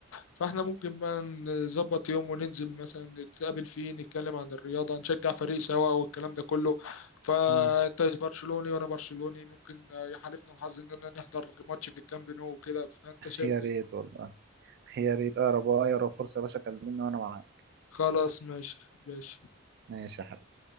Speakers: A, on the left; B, on the right.
A: فاحنا ممكن بقى نظبط يوم وننزل مثلا نتقابل فيه نتكلم عن الرياضه نشجع فريق سوا والكلام ده كله فانت
B: مم.
A: برشلوني وانا برشلوني ممكن يحالفنا الحظ اننا نحضر ماتش في الكامب نو وكده فانت شايف
B: يا ريت
A: إيه؟
B: والله يا ريت اقرب آه، اقرب فرصه يا باشا كلمني وانا معاك
A: خلاص ماشي ماشي
B: ماشي يا حبيبي